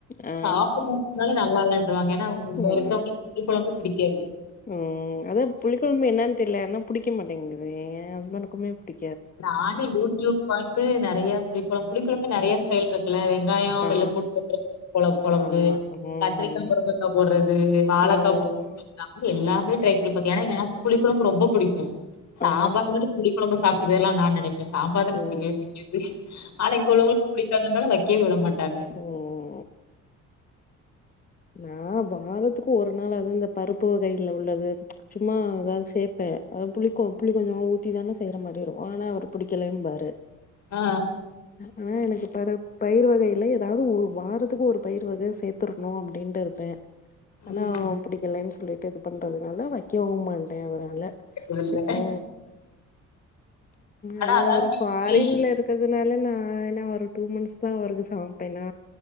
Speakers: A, on the left; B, on the left.
A: ஆ
B: சாப்புற அதனால நல்லால்லன்ருவாங்க ஏனா அவுங் இங்க
A: ம்
B: இருக்றோங்களுக்கு புளிகொழம்பே புடிக்காது
A: ம் அதா புளிகொழம்பு என்னான் தெர்ல ஏனா புடிக்க மாட்டேங்கிது எ ஹஸ்பண்ட்டுக்குமே புடி
B: நானே யூடியூப் பாத்து நறைய புளிக்கொழம்பு புளிக்கொழம்லே நறைய
A: ம்
B: ஸ்டைல்ரு க்குல வெங்காயோ
A: ஆ
B: வெள்ளப்பூண்டு போட்டு வக்கிற கொ கொழம்பு
A: ஆமா ம்
B: கத்தரிக்கா முருங்கக்கா போட்றது வாழக்கா
A: ம்
B: போட்றது நானு எல்லாமே ட்ரை பண்ணி பாத்தே ஏனா எனக்கு புளி கொழம்பு ரொம்ப புடிக்கு சாம்பார
A: ஆ
B: விட புளிகொழம்புல சாப்ட்டு போய்ரலா நா நெனப்பே சாம்பார் தா
A: ம்
B: எனக் பிடிக்கவே பிடிக்காது ஆனா இங்க உள்ளோங்களுக்கு பிடிக்காதனால வக்கவே விட மாட்டாங்க
A: ஓ ஓ நா வாரத்துக்கு ஒரு நாளாது இந்த பருப்பு வகைல உள்ளது சும்மா எதாவ்து சேப்பே அத புளிக்கொ புளிகொஞ்சமாது ஊத்தி தானே செய்ற மாரி இருக்கு ஆனா அவ ரு புடிக்கலேம்பாரு
B: ஆ
A: ஆனா எனக்கு பற பயிரு வகைல எதாவ்து ஒரு வாரத்துக்கு ஒரு பயிரு வக சேத்துர்னு அ ப்டின்ட்டு இருப்பே
B: ம்
A: ஆனா புடிக்கலன் சொல்லிட்டு இது பண்றதுனால வக்கவு மாட்டே அதுனால
B: கேட்டது இல்ல
A: சே போ ஆனா
B: அதாவது
A: அவரு ஃபாரின்லரு
B: இன்னைக்கு,
A: க்கதுனால நா என்னா ஒரு டூ மன்த்ஸ் தா அவருக்கு சமப்பேனா